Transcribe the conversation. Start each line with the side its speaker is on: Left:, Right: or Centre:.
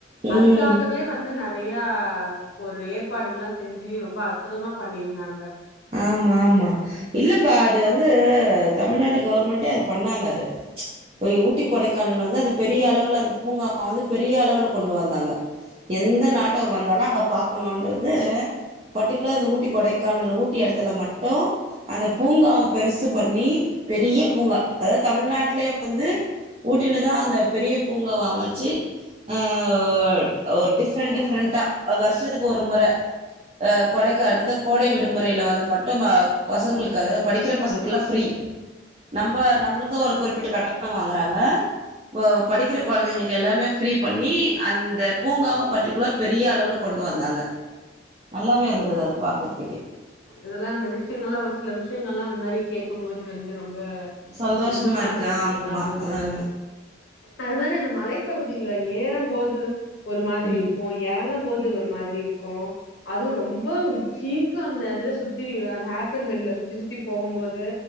Right: ம்
Left: அதுக்காகவே
Right: ம்
Left: வந்து ந நெறயி ஒரு ஏற்பாடுகள்ல்லா செஞ்சு ரொம்ப அற்புதமா பண்ணிருந்தாங்க
Right: ஆமா ஆமா இல்லப்பா அது வந்து தமிழ்நாடு கவர்மெண்ட்டே அது பண்ணாங்க அத ஊட்டி கொடைக்கானல் வந்து அது பெரிய அளவுல அந்த பூங்காவ வந்து பெரிய அளவுல கொண்டு வந்தாங்க எந்த நாட்டவர் வந்தாலு அங்க பாக்கணுன்றது பர்டிகுல அந்த ஊட்டி கொடைக்கானல ஊ டி எடத்துல மட்டு அந்த பூங்கா பெருசு பண்ணி பெரிய பூங்கா அதாவ்த் தமிழ்நாட்லே வந்து ஊட்டிலதா அந்த பெரிய பூங்காவ அமச்சி ஆஹ் ஒரு டிஃப்ரன்ட் டிஃப்ரெண்ட்டா அ வர்ஷத்துக்கு ஒரு மொற ஆஹ் கொடைக்கானல் என்னது கோடை விடு முறையில வந்து மட்டு மா பசங்களுக்கு அதாவ்து படிக்கிற பசங்களுக்குல்லா ஃப்ரீ நம்ப நம்ப்ளுது ஒரு குறிப்பிட்ட கட்டணொ வாங்குறாங்க ஒ படிக்கிற கொழந்தைங்களுக்கு எல்லாமே ஃப்ரீ பண்ணி அந்த பூங்காவ பர்டிகுல பெரிய அளவுல கொண்டு வந்தாங்க நல்லாவே இருந்தது அது பாக்கற் தி கே
Left: இதெல்லா அந்த விஷ்யங்கள் எல்லா ஒரு சில விஷ்யங்கள் எல்லா அந்த மாரி கேட்கும்போது வந்து ரொம் ப்ப
Right: சந்தோஷமா
Left: இன்பமா
Right: இருக்கு
Left: இருக்குது ஆமா
Right: ஆ
Left: அது மாரி அந்த மலைப்பகுதில ஏறம்போது ஒரு மாதிரி
Right: ம்
Left: இருக்கு எறங்கும்போது அது ஒரு மாதிரி இருக்கு அது ரொம்ப உ சீக்கா அந்த இதுல சுத்தி அந்த ஹேர் பின் பெண்ட்ல சுத்தி சுத்தி போகும்போது